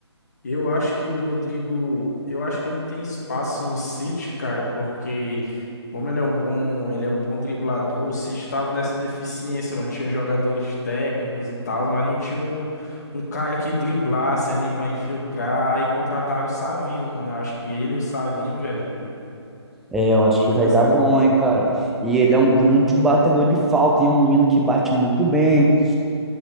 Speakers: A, on the left; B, in the centre.
A: Eu acho que o Rodrigo, eu acho que ele tem espaço no City, cara, porque como ele é um bom, ele é um bom driblador, o City tava nessa deficiência, mano, tinha jogadores técnicos e tal, mas não tinha um, um cara que driblasse ali pra infiltrar, aí contrataram o Savinho, mano, eu acho que ele e o Savinho, velho,
B: É, eu acho
A: acho
B: que
A: que
B: vai
A: dá certo.
B: dar bom, hein, cara. E ele é um grande batedor de falta, hein? Um menino que bate muito bem.